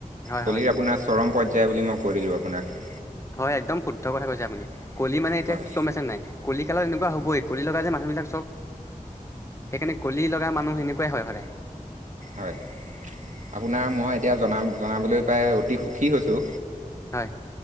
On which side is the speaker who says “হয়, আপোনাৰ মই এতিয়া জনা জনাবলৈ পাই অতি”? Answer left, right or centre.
Right